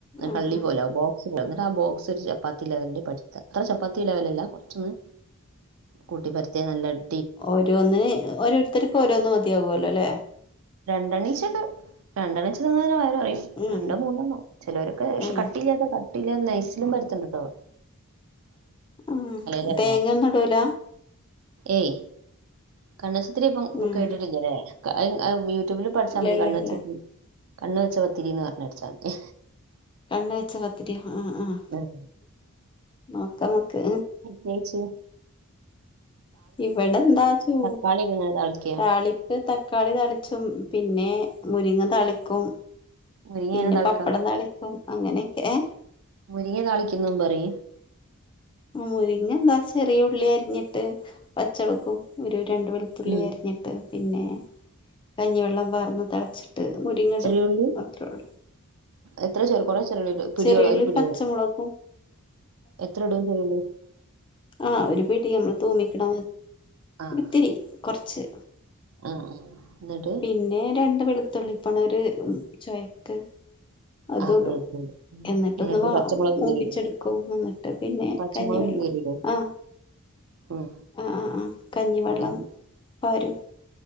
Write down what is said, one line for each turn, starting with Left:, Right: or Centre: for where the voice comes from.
Left: ആഹ്
Right: കള്ളി
Left: ആഹ്
Right: പോലാവു ബോക്സ് ന്നിട്ടാ ബോക്സൊര് ചപ്പാത്തി ലെവല് പര്ത്ത ത്ര ചപ്പാത്തി ലെവലല്ല കൊറച്ചൊന്ന് കൂട്ടിപ്പര്ത്യ നല്ലട്
Left: ഓരോന്ന് ഓരോരുത്തർക് ഓരോന്ന് മതിയാകുല്ലോ ല്ലേ
Right: രണ്ടെണീച്ചൊക്കെ രണ്ടണീച്ച തിന്നാന്നെ വയ <unintelligible>
Left: ഉം
Right: ണ്ടോ മൂന്നെണ്ണോ ചിലോരൊക്കെ
Left: ഉം
Right: ഷെ കട്ട്ല്ലാതെ കട്ട്ല്ലാതെ നൈസ്ലും പര്ത്ണ്ട്ട്ടോ
Left: ഉം
Right: ലെവലിലാണ്
Left: തേങ്ങോന്നും ടൂല
Right: ഏയ് കണ്ണസ്ത്തിരിപ്പോ
Left: ഉം
Right: കേട്ട്ട്ടില്ലല്ലേ <unintelligible> ടൂബിൽ പട്ച്ചാ
Left: ഇല്ല
Right: മതി
Left: ഇല്ല
Right: കണ്
Left: ഇല്ല
Right: വെച്ചത്രി കണ് വെച്ച പത്തിരി ന്ന് പറഞ്ഞടച്ചാതി
Left: കണ് വെച്ച പത്തിറ്യോ ആഹ് ആഹ്
Right: ഉം.
Left: നോക്കമ്മക്ക്‌
Right: കേ ചേ
Left: ഇവിടെ ന്താ ചൂ
Right: തക്കാളി ഒക്കെ എങ്ങനെ താളിക്കുക
Left: താളി പ്പ് തക്കാളി തളിച്ചും പിന്നെ മുരിങ്ങ തളിക്കും
Right: മുരിങ്ങ
Left: പിന്നെ
Right: എങ്ങനെ താളിക്കാ
Left: പപ്പടം താളിക്കും അങ്ങനൊക്കെ ഏഹ്
Right: മുരിങ്ങെ താളിക്കുന്നും പറി
Left: മുരിങ്ങ എന്താ ചെറിയ ഉള്ളി അര്ഞ്ഞിട്ട് പചൊളു ഉപ്പും ഒരു രണ്ടു വെള് ത്തുള്ളി
Right: ഉം
Left: അരിഞ്ഞിട്ട് പിന്നെ കഞ്ഞിവെള്ളം പാർന്ന് തള്ച് ട്ട് മുരിങ്ങടും
Right: ചെറിയുള്ളി
Left: അത്രേ ള്ളൂ
Right: എത്ര ചെർ കൊറേ ചെറുള്ളിടൊ പിടിയോളാ
Left: ചെറിയുള്ളി
Right: ഒരു പിടിയോളോ
Left: പച്ചമുളകും
Right: എത്രടും ചെറുള്ളി
Left: ആ ഒരു പിടി അമ്മള് തൂമിക്ക്ണ
Right: ആഹ്
Left: ഒത്തിരി കൊർച്ച്
Right: ആഹ് ആഹ് എന്നിട്ട്
Left: പിന്നെ രണ്ട് വെളുത്തുള്ളി പ്പണൊര് ചൊയക്ക് അത്ടും
Right: ആഹ് വെളുത്തുള്ളി
Left: എന്നിട്ടൊന്ന്
Right: എന്നിട്ട്
Left: വ
Right: പച്ചമുളക്
Left: മൂപ്പിച്ചെടുക്കും
Right: കീറിടും
Left: ന്നിട്ട് പിന്നെ
Right: പച്ചമുളക്
Left: കഞ്ഞിവെള്ളം
Right: കീറിടോ
Left: ആ
Right: ഉം
Left: ആ ആ ആ കഞ്ഞിവെള്ളം
Right: ഉം
Left: പാരും